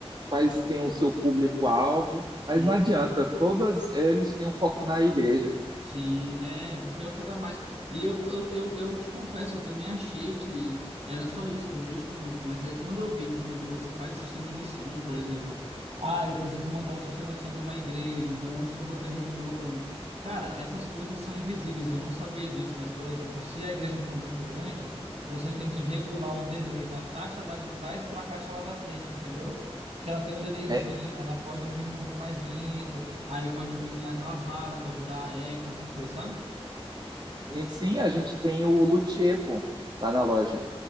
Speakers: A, on the right; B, on the right.
A: quais têm o seu público-alvo,
B: Sim.
A: mas não adianta, todas eles têm um foco na igreja.
B: Sim, é, porque é o que dá mais. E eu, eu, eu, eu te confesso, eu também achei que era só isso, vender instrumento, mas é quando eu vi que também você faz sistema de som, por exemplo, ah, eu preciso montar o sistema de som de uma igreja, então onde que eu vou ter retorno? Cara, essas coisas são invisíveis, eu não sabia disso, mas, por exemplo, se a igreja for muito grande, você tem que regular o delay da caixa lá de trás para a caixa lá da frente, entendeu? Porque ela tem um delayzinho,
A: É,
B: ela pode vir um pouco mais lento. Aí pode vir atrasado, pode dar eco, essas coisas, sabe?
A: e sim, a gente tem o luthier, pô, lá na loja.